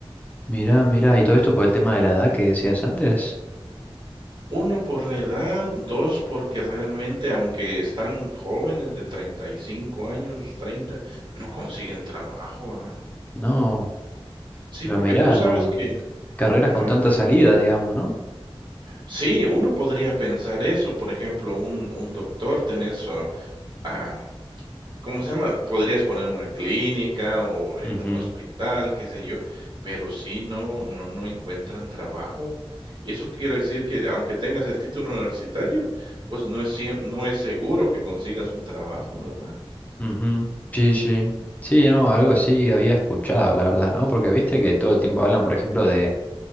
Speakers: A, on the left; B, on the right.
A: mira, mira. Y todo esto por el tema de la edad que decías antes.
B: Uno por la edad, 2 porque realmente, aunque están jóvenes de 35 años, 30, no consiguen trabajo, ¿verdad?
A: No,
B: Sí,
A: pero
B: porque
A: mira,
B: tú sabes
A: con
B: que
A: carreras
B: ajá.
A: con tanta salida, digamos, ¿no?
B: Sí, uno podría pensar eso, por ejemplo, un un doctor, tenés, ah, ¿cómo se llama? Podrías poner una clínica o en
A: Ujú,
B: un hospital, qué sé yo, pero sí no no no encuentran trabajo. Y eso quiere decir que, aunque tengas el título universitario, pues no es siem no es seguro que consigas un trabajo, ¿verdad?
A: ujú. Sí, sí. Sí, no, algo así había escuchado, la verdad, ¿no? Porque viste que todo el tiempo hablan, por ejemplo, de,